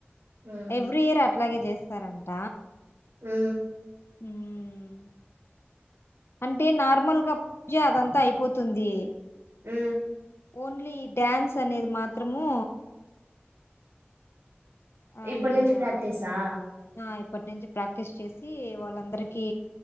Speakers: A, on the right; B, on the left.
A: ఉమ్
B: ఎవ్రీ ఇయర్ అట్లాగే చేస్ సరంట
A: మ్
B: మ్ అంటే నార్మల్గా జ అదంతా అయిపోతుంది
A: మ్
B: ఓన్లీ డ్యాన్స్ అనేది మాత్రము ఆ
A: ఇప్పుడు
B: ఈ
A: నుంచి ప్రక్టీీస్
B: ఆహ్,
A: హా
B: ఆ ఇప్పటి నుంచి ప్రాక్టీస్ చేసి వాళ్ళందరికీ